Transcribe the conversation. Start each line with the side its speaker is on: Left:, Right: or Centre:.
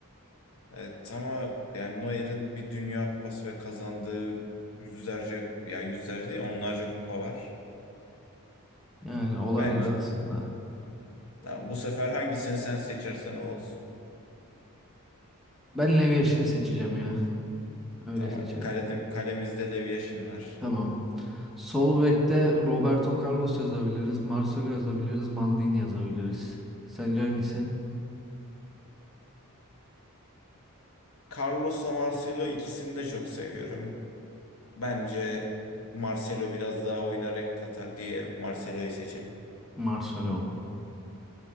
Left: Evet ama yani Neuer'in bir Dünya Kupası ve kazandığı yüzlerce ya yüzlerce değil onlarca kupa var.
Centre: Yani olabilir
Left: Bence
Centre: aslında.
Left: tamam bu sefer hangisini sen seçersen o olsun.
Centre: Ben Lev Yashin'i seçeceğim ya. Öyle
Left: Tamam
Centre: seçelim.
Left: kalede, kalemizde Lev Yashin var.
Centre: Tamam. Sol bekte Roberto Carlos yazabiliriz. Marcelo yazabiliriz. Maldini yazabiliriz. Sence hangisi?
Left: Carlos'la Marcelo ikisini de çok seviyorum. Bence Marcelo biraz daha oyuna renk katar diye Marcelo'yu seçelim.
Centre: Marcelo.